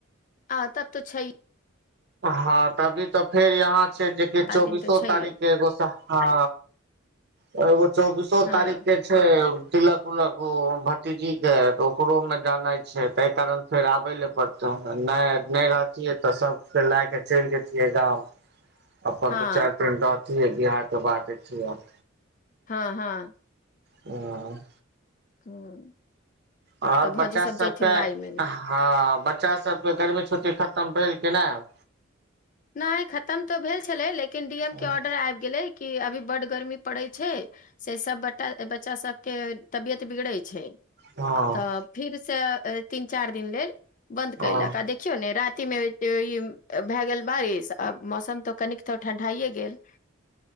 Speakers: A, on the left; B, on the right.
A: आ तब तऽ छै
B: हँ तभी तऽ फेर यहाँ छै जे चौबीसो
A: सात दिन तऽ छैहे
B: तारीखे एगो हँ। तग चौबीसो
A: हँ
B: तारीख के छै। तिलक उलक ओ भतीजीके तऽ ओकरोमे जानइ छै ताहि कारण फेर आबय लए पड़तै नहि नहि रहतियै तऽ सभके लए कऽ चलि जतियै गाम। अपन अपन
A: हँ
B: तऽ चार पें रह अै बिहारके बात अठी ह।
A: हँ हँ।
B: ह।
A: तऽ
B: आओर
A: भौजी
B: बच्चा
A: सब
B: सबके
A: जयथिन बाइ महीने
B: हँ बच्चा सबके गर्मी छुट्टी खतम भेल कि नहि।
A: नहि खतम तऽ भेल छलै लेकिन डी एम
B: हँ
A: के ऑर्डर आबि गेलै कि अभी बड गर्मी पड़ैत छै। से सब ब बच्चा सब के तबियत बिगड़े छै।
B: हँ
A: तऽ फिर से तीन चार दिन लेल बंन्द
B: हँ
A: कयलक आ देखियौ ने रात भए गेल बार अ मौसम त कनिक ो। ठण्ढाइए गेल।